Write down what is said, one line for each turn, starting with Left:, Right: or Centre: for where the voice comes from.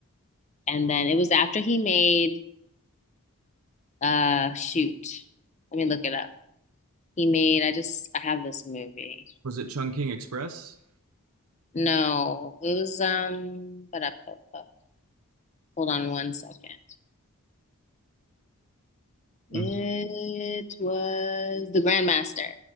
Left: and then it was after he made uh shoot. Let me look it up. He made I just I have this movie.
Right: Was it Chungking Express?
Left: No, it was um but up up up. Hold on one second. It
Right: hmm
Left: was The Grandmaster.